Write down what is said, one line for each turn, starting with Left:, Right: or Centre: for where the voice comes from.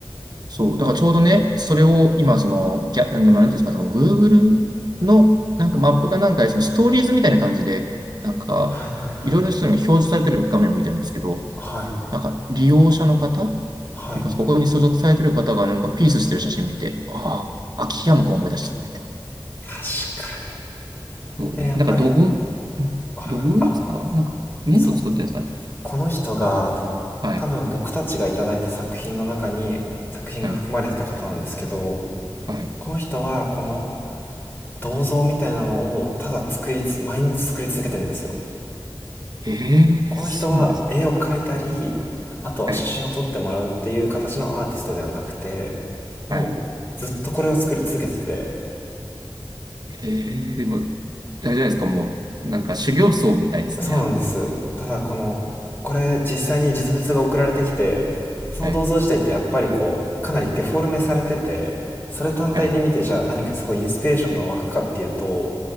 Right: そう。だからちょうどね、それを今、その、ギャ、あのなんていうんですか、その Google のなんかマップかなんかで、そのストーリーズみたいな感じで、なんか、
Left: はいはいはい
Right: いろいろそういうのが表示されてる画面を見てるんですけど、
Left: はい
Right: なんか利用者の方っ
Left: はい
Right: ていうか、ここに所属されてる方がなんかピースしてる写真見て、ああ、秋山くん思い出したんで。
Left: 確かに
Right: そう、
Left: えやっぱりなん
Right: なんか土偶、うん土偶ですかなんか粘土作ってるんですかね
Left: はいはいあそうこの人が
Right: はい。
Left: 多分僕たちがいただいた作品の中に作品が含まれてた方なんですけど
Right: はい。はい。
Left: この人はこの銅像みたいなのをただ作りつ毎日作り続けてるんですよ
Right: へえ、
Left: この人は絵を描いたり
Right: そうなんですね。
Left: あとは写真を撮ってもらうっていう形のアーティストではなくて
Right: はい。
Left: もうずっとこれを作り続けてて
Right: はい。へえ、でも、大丈夫ですかもう、なんか修行僧みたいですね、
Left: そうなんですただこのこれ実際に実物が送られてきてその銅像自体ってやっぱりこうかなりデフォルメされててそれ単体で見てじゃあ何かすごいインスピレーションが湧くかっていうと
Right: ある意味。はい。はい。